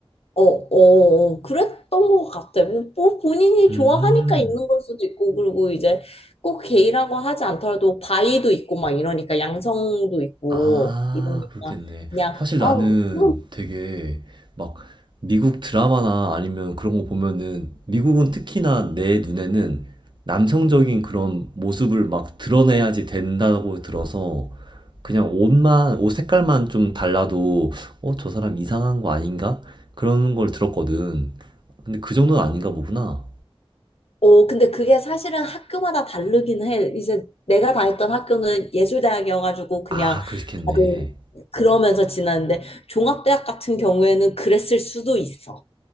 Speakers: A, on the left; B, on the right.
A: 어, 어, 어, 그랬던 것 같아. 뭐, 뭐 본인이
B: 음.
A: 좋아하니까 있는 걸 수도 있고, 그리고 이제 꼭 게이라고 하지 않더라도 바이도 있고 막 이러니까 양성도 있고
B: 아,
A: 이러니까
B: 그렇겠네.
A: 그냥
B: 사실
A: 아,
B: 나는
A: 그럼
B: 되게 막 미국 드라마나 아니면 그런 거 보면은 미국은 특히나 내 눈에는 남성적인 그런 모습을 막 드러내야지 된다고 들어서 그냥 옷만, 옷 색깔만 좀 달라도, 어, 저 사람 이상한 거 아닌가? 그런 걸 들었거든. 근데 그 정도는 아닌가 보구나.
A: 어, 근데 그게 사실은 학교마다 다르긴 해. 이제 내가 다녔던 학교는 예술대학이어가지고 그냥
B: 아, 그렇겠네.
A: 다들 그러면서 지났는데 종합대학 같은 경우에는 그랬을 수도 있어.